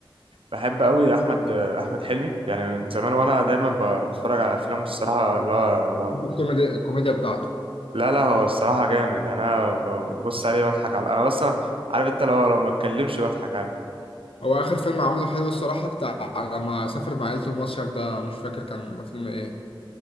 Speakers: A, on the right; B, on the left.
A: بحب قوي احمد آه، احمد حلمي يعني من زمان وانا دايما ب- بتفرج على افلامه الصراحه لا ما ب...
B: الكوميديا الكوميديا بتاعته
A: لا لا هو الصراحه جامد يعني انا ببص عليه بضحك على انا اصلا عارف انت لو لو ما اتكلمش بضحك عادي
B: هو آخر فيلم عمله حلو الصراحة بتاع لما سافر مع عيلته المصيف ده مش فاكر كان فيلم إيه